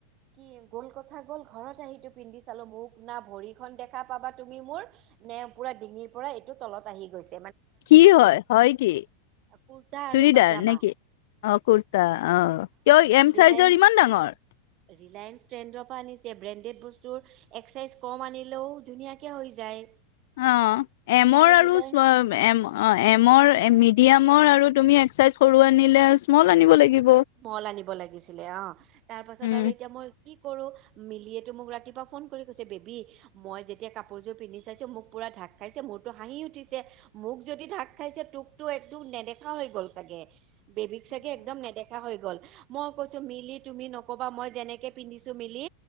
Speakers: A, on the right; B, on the left.
A: কি গ'ল কথা গ'ল ঘৰত আহি পিন্ধি চালো মোক না ভৰিখন দেখা পাবা তুমি মোৰ নে পুৰা ডিঙিৰ পৰা এইটো তলত আহি গৈছ।
B: কি হয় হয় কি।
A: কুৰ্তা আৰু
B: চুৰিদাৰ
A: পাজামা।
B: নেকি? অ কুুৰ্তা অ কিয় এম
A: ৰিলায়েন্স
B: চাইজৰ ইমান ডাঙৰ।
A: ৰিলায়েন্স ট্ৰেণ্ডৰ পৰা আনিছে ব্ৰেণ্ডেড বস্তুৰ এক চাইজ কম আনিলেও। ধুনীয়াকে হৈ যায়।
B: অ',
A: তাই
B: এমৰ আৰু
A: ৰিলায়েন্স
B: এম অ এমৰ মি ডায়ামৰ আৰু তুমি এক চাইজ সৰু আনিলে স্মল আনিব লাগিব।
A: মল আনিব লাগিছিলে অ', তাৰ পাছত
B: উম,
A: আৰু এতিয়া মই কি কৰো মিলিয়েতো মোক ৰাতিপুৱা ফোন কৰি কৈছে বেবী মই যেতিয়া কাপোৰযোৰ পিন্ধি চাইছো মোক পুৰা ঢাক খাইছে মোৰতো হাঁহি উঠিছে মোক যদি ঢাক খাইছে তোকতো একদম নেদেখা হৈ গ'ল চাগে। বেবিক চাগে একদম নেদে হৈ গ'ল মই কৈছোঁ মিলি তুমি নকবা মই যেনেকে পিন্ধিছো মিলি